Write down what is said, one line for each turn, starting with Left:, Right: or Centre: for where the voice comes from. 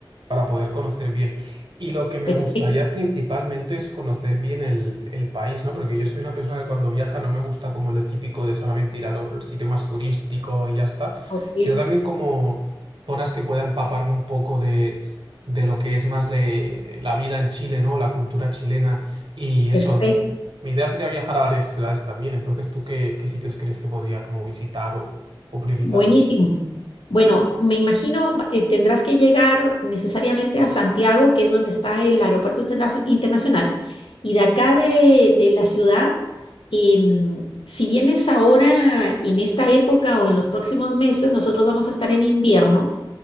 Right: para poder conocer bien. Y lo que me
Left: Perfecto,
Right: gustaría principalmente es conocer bien el, el país, ¿no? Porque yo soy una persona que cuando viaja no me gusta como lo típico de solamente ir al al sitio más turístico y ya está,
Left: ok,
Right: sino también como zonas que pueda empaparme un poco de, de lo que es más le- la vida en Chile, ¿no? La cultura chilena y eso.
Left: perfecto,
Right: mm, Mi idea sería viajar a varias ciudades también. Entonces, ¿tú qué, qué sitios crees que podría como visitar o, o priorizar?
Left: buenísimo. Bueno, me imagino va- eh, tendrás que llegar necesariamente a Santiago, que es donde está el aeropuerto interna- internacional, y de acá de, de la ciudad, em, si vienes ahora en esta época o en los próximos meses, nosotros vamos a estar en invierno.